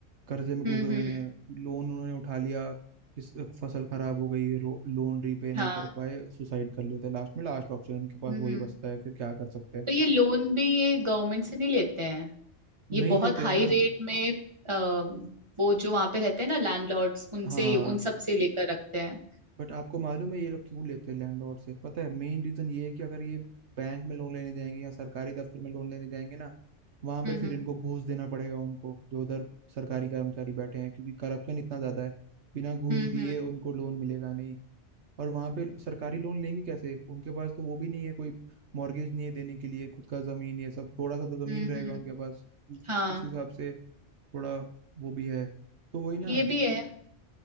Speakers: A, on the right; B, on the right.
A: कर्जे में
B: हम्म
A: डूबे हुए
B: हम्म
A: हैं लोन उन्होंने उठा लिया किस फसल खराब हो गई रो- लोन रीपे नहीं
B: हाँ
A: कर पाए सुसाइड कर लेते हैं लास्ट में लास्ट ऑप्शन उनके पास
B: हम्म
A: वही
B: हम्म।
A: बचता है फिर क्या कर सकते हैं
B: और ये लोन भी ये गवर्नमेंट से नहीं लेते हैं ये
A: नहीं
B: बहुत
A: लेते
B: हाई
A: हैं ना
B: रेट में अ, वो जो वहां पे रहते हैं ना लैंडलॉर्ड्स उनसे
A: हाँ
B: ही उन सब से लेकर रखते हैं
A: बट आपको मालूम है ये लोग क्यों लेते हैं लैंडलॉर्ड से पता है मेन रीजन ये है कि अगर ये बैंक में लोन लेने जाएंगे या सरकारी दफ्तर में लोन लेने जाएंगे ना वहां
B: हम्म
A: पे फिर इनको घूस देना पड़ेगा उनको जो उधर सरकारी कर्मचारी बैठे हैं क्योंकि करप्शन इतना ज्यादा है बिना घूस
B: हम्म
A: दिए
B: हम्म
A: उनको लोन मिलेगा नहीं और वहां पे सरकारी लोन लेंगे कैसे उनके पास तो वो भी नहीं है कोई मॉर्गेज नहीं है देने के लिए खुद का जमीन ये सब थोड़ा सा तो जमीन
B: हम्म
A: रहेगा
B: हम्म,
A: उनके पास उ-
B: हाँ
A: उस हिसाब से थोड़ा वो भी है तो वही ना
B: ये भी है